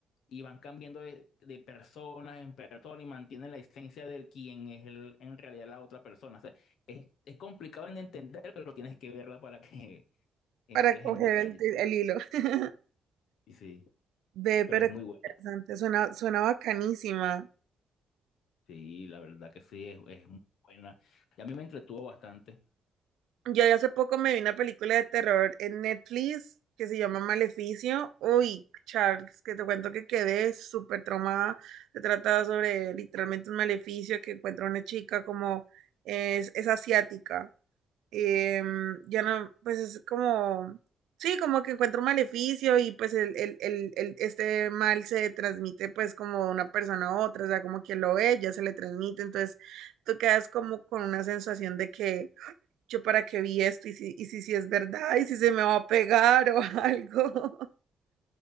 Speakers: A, on the left; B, on the right.
A: y van cambiando de, de personas en persona y mantienen la esencia del quien es el, en realidad la otra persona. O sea, es, es complicado en entender, pero tienes que verla para que <laughs> entres
B: para coger
A: en detalle.
B: el, el hilo. <laughs>
A: Y sí,
B: Ve,
A: pero
B: pero
A: es muy
B: qué
A: buena.
B: interesante, suena, suena bacanísima.
A: Sí, la verdad que sí, es, es muy buena. Y a mí me entretuvo bastante.
B: Yo hace poco me vi una película de terror en Netflix que se llama Maleficio. Uy, Charles, que te cuento que quedé súper traumada. Se trata sobre literalmente un maleficio que encuentra una chica como es, es asiática em, ya no, pues es como, sí, como que encuentra un maleficio y pues el, el, el, el- este mal se transmite pues como de una persona a otra, o sea, como quien lo ve, ya se le transmite, entonces tú quedas como con una sensación de que yo para qué vi esto y si, y si, si es verdad y si se me va a pegar o <laughs> algo.